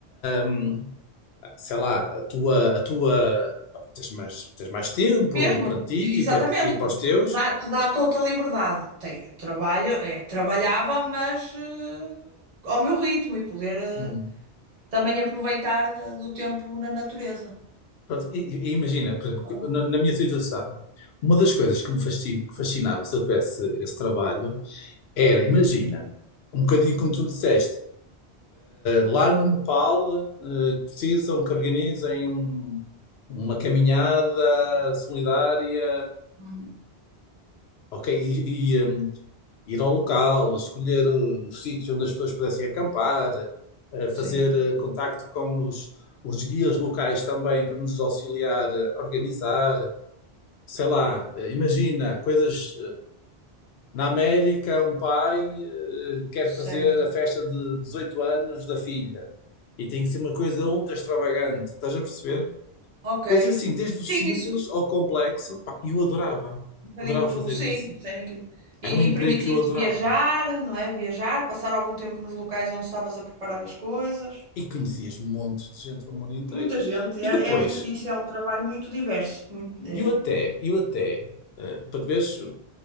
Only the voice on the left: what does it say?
hum, sei lá, a tua, a tua, tens mais, tens mais tempo
para ti
e para, e para
os teus.
Hum.
Pronto, E, e- e imagina, por exemplo,
que na, na minha situação, uma das coisas que me fasci- que fascinava se eu tivesse esse trabalho era, imagina, um bocadinho como tu disseste. Lá no Nepal, eh, precisam que organizem um- uma caminhada solidária,
ok, e, e, hum, ir ao local, escolher eh, os sítios onde as pessoas pudessem acampar, eh,
fazer eh, contacto com os, os guias locais também para nos auxiliar a organizar, sei lá, eh, imagina coisas Na América, um pai eh, quer
fazer a festa de 18 anos da filha e tem que ser uma coisa ultra extravagante, estás a perceber?
Coisas assim, desde o simples
ao complexo. Pá, eu adorava,
adorava
fazer
isso.
Era um emprego
que eu adorava.
E conhecias montes de gente do mundo inteiro.
E
depois,
eu até, eu até, eh, para tu veres o